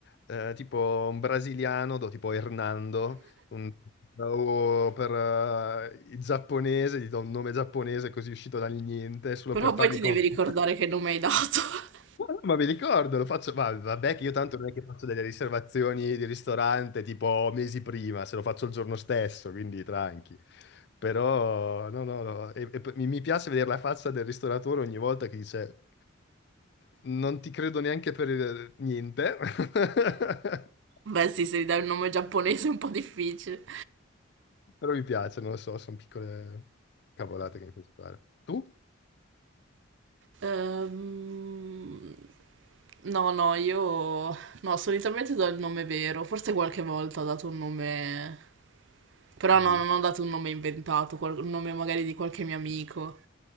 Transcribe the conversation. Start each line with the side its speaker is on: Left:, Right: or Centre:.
Left: Eh, tipo un brasiliano do tipo Hernando, un- o per eh, il giapponese gli do un nome giapponese così uscito dal niente, solo
Right: Però
Left: per farli
Right: poi ti
Left: confondere.
Right: devi ricordare che nome hai dato. <laughs>
Left: No, no, ma mi ricordo, lo faccio, ma vabbè che io tanto non è che faccio delle riservazioni di ristorante tipo mesi prima, se lo faccio il giorno stesso, quindi tranqui. Però, no, no, no, e- e poi mi mi piace vedere la faccia del ristoratore ogni volta che dice, non ti credo neanche per il- niente, <laughs>
Right: Beh, sì, se gli dai un nome giapponese è un po' difficile.
Left: però mi piace, non lo so, sono piccole cavolate che mi piace fare. Tu?
Right: Ehm, No, no, io... No, solitamente do il nome vero. Forse qualche volta ho dato un nome... Però
Left: Così.
Right: no, non ho dato un nome inventato, qual- un nome magari di qualche mio amico.